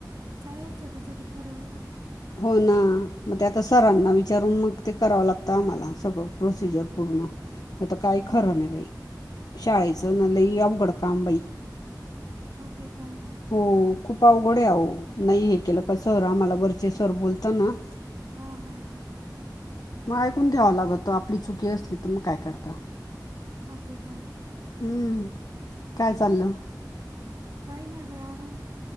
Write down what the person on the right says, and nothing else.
काय... छोटे छोटे पोरं... एवढं काय?
हा
हा, तेे तर हाये बाई
हा हा हा
हा ते तर हाई
काई नाई बाई... आराम